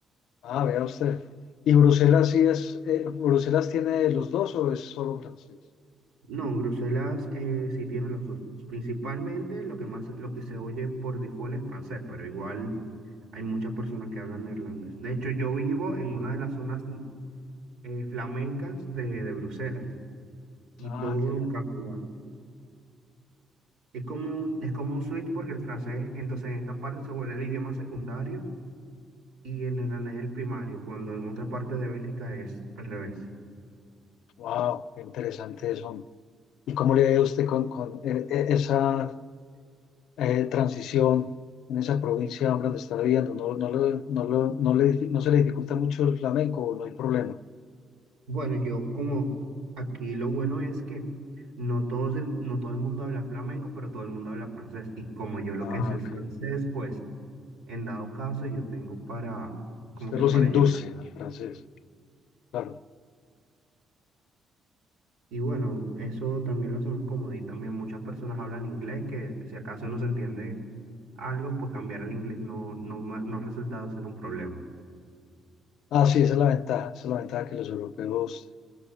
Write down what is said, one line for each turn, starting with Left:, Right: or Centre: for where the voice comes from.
Left: Ah, vea usted. ¿Y Bruselas sí es, eh, Bruselas tiene los dos o es solo francés?
Right: No, Bruselas eh, sí tiene los dos. Principalmente lo que más, lo que se oye por default es francés, pero igual hay muchas personas que hablan neerlandés. De hecho, yo vivo en una de las zonas mm, eh, flamencas de, de Bruselas y
Left: Ah,
Right: todo
Left: qué bien.
Right: cambia. Es como, un- es como un switch porque el francés, entonces en esta parte se vuelve el idioma secundario y el neerlandés el primario, cuando en otra parte de Bélgica es al revés.
Left: Wow, qué interesante eso. ¿Y cómo le ha ido a usted con, con, eh, eh, esa eh, transición en esa provincia hombre, donde está viviendo? ¿No, no, le- no, lo- no, le difi- no se le dificulta mucho el flamenco o no hay problema?
Right: Bueno, yo como aquí lo bueno es que no todos el- no todo el mundo habla flamenco, pero todo el mundo habla francés. Y como yo lo
Left: Ah,
Right: que sé es
Left: ok.
Right: francés, pues en dado caso yo tengo para, como
Left: Usted
Right: que
Left: los
Right: para
Left: induce
Right: llegar.
Left: al francés, claro.
Right: Y bueno, eso también lo hace más cómodo. Y también muchas personas hablan inglés que si acaso no se entiende algo, pues cambiar al inglés no, no, ma- no ha resultado ser un problema.
Left: Ah, sí, esa es la ventaja, esa es la ventaja que los europeos